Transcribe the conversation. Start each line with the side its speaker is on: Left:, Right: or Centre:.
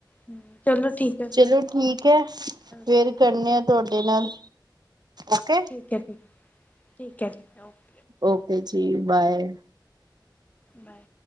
Left: ਹੂੰ ਚਲੋ ਠੀਕ ਹੈ
Right: ਚਲੋ
Left: ਫਿਰ
Right: ਠੀਕ ਐ ਫੇਰ
Left: ਓਕੇ
Right: ਕਰਨੇ ਆ ਤੁਹਾਡੇ ਨਾਲ ਓਕੇ।
Left: ਠੀਕ ਐ ਜੀ, ਠੀਕ ਐ, ਠੀਕ ਐ ਓਕੇ।
Right: ਓਕੇ ਜੀ ਬਾਏ।
Left: ਬਾਏ।